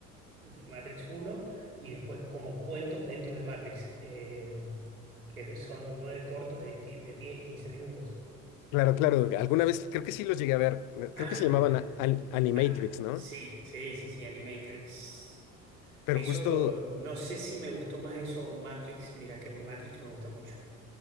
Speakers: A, on the right (about 80°); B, on the left (about 50°).
A: de Matrix uno y después como cuentos dentro de Matrix, eh, que son nueve cortos de, qui- de 10 15 minutos.
B: Claro, claro. Alguna vez creo que sí los llegué a ver.
A: Ah,
B: Creo que se llamaban
A: mira.
B: a- An- Animatrix,
A: Ah,
B: ¿no?
A: sí, sí, sí, sí, Animatrix.
B: Pero
A: Eso,
B: justo
A: no sé si me gustó más eso o Matrix. Mira, que Matrix me gusta mucho.